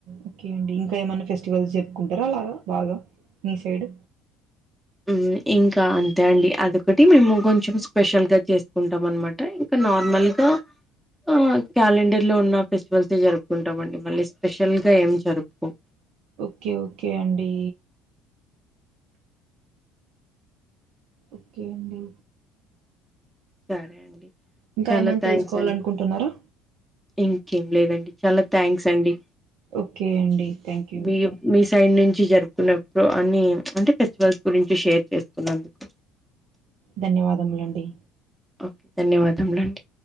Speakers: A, on the right (about 65°); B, in the centre.
A: ఓకే అండి ఇంకా ఏమన్నా ఫెస్టివల్స్ చెప్పుకుంటారా అలాగా బాగా నీ సైడ్
B: ఉమ్మ్ ఇంకా అంతే అండి అదొకటి మేము కొంచెం స్పెషల్‌గా చేసుకుంటాం అనమాట ఇంక నార్మల్‌గా ఆ క్యాలెండర్‌లో ఉన్న ఫెస్టివల్సే జరుపుకుంటామండి మళ్ళీ స్పెషల్‌గా ఏం జరుపుకోం
A: ఓకే ఓకే అండి ఓకే అండి
B: సరే అండి
A: ఇంకా
B: చాలా
A: ఏమైనా
B: థ్యాంక్స్
A: తెలుసుకోవాలి
B: అండి.
A: అనుకుంటున్నారా
B: ఇంకేం లేదండి చాలా థ్యాంక్స్ అండి
A: ఓకే అండి థ్యాంక్ యూ
B: మీ మీ సైడ్ నుంచి జరుపుకునే ప్రొ అన్ని అంటే ఫెస్టివల్స్ గురించి షేర్ చేసుకున్నందుకు
A: ధన్యవాదములండి
B: ఓ ధన్యవాదములండి